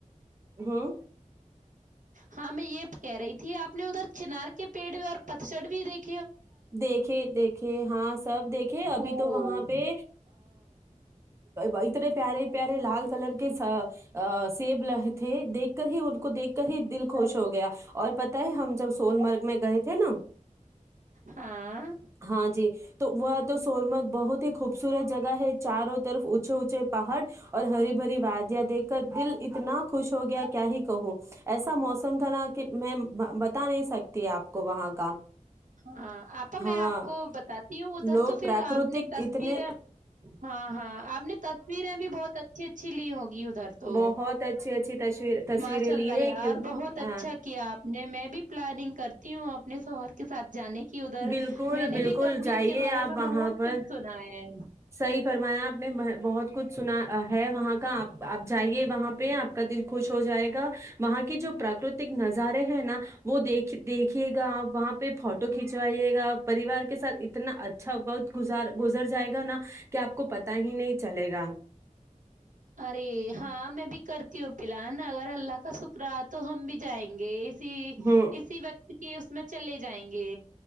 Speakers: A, on the right; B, on the right.
A: ہاں
B: ہاں میں یہ کہہ رہی تھی آپ نے ادھر چنار کے پیڑ بھی اور پتچھڑ بھی دیکھھی
A: دیکھے دیکھے ہاں سب دیکھے ابھی
B: اوہ!
A: تو وہاں پہ اتنے پیارے پیارے لال کلر کے سیب تھے دیکھ کر ہی ان کو دیکھ کر ہی دل خوش ہو گیا اور پتہ ہے ہم جب سولمرگ میں گئے تھے چ نا
B: ہاں
A: ہاں جی تو وہ تو سورمگ بہت ہی خوبصورت جگہ ہے چاروں طرف اونچے اونچے پہاڑ اور ہری بھری وادیاں دیکھ کر دل اتنا خوش ہو گیا کیا ہی کہوں ایسا موسم تھا نا کہ میں بتا نہیں سکتی آپ کو وہاں کا
B: ہاں آپا
A: ہاں
B: میں آپ کو بتاتی ہوں ادھر
A: لوگ
B: تو پھر
A: پراکرتک
B: آپ نے تصویریں
A: اتنے
B: ہاں ہاں آپ نے تصویریں بھی بہت اچھی اچھی لی ہوںگی ادھر تو
A: بہت اچھی اچھی تصویر تصویریں
B: ماشاء
A: لی
B: اللہ
A: ہے
B: یار
A: کہ
B: بہت اچھا
A: ہاں
B: کیا آپ نے میں بھی پلاننگ کرتی ہوں ا سوہر کے سات جانے کی کہ ادھر
A: بالکل
B: میں نے
A: بالکل
B: بھی کشمیر
A: جائیے
B: کے بارے
A: آپ
B: میں
A: وہاں
B: بہت
A: پر
B: کچھ سنا ہے
A: صحیح فرمایا آپ نے بہت کچھ سنا ہے وہاں کا آپ آپ جائیے وہاں پہ آپ کا دل خوش ہو جائے گا وہاں کی جو پراکرتک نظارے ہے نا وہ دیکھ دیکھیے گاپ وہاں پہ فوٹو کھنچوائیے گا پریوار کے ساتھ اتنا اچھا وقت گزار گزر جائے گا نا کہ آپ کو پتا ہی نہیں چلے گا
B: ارے ہاں میں بھی کرتی ہوں پلان نا اگر اللہ کا شکرا تو ہم بھی جائیں گے اسی
A: ہ
B: و <inaudible> کہ اس میں چلے جائیں گے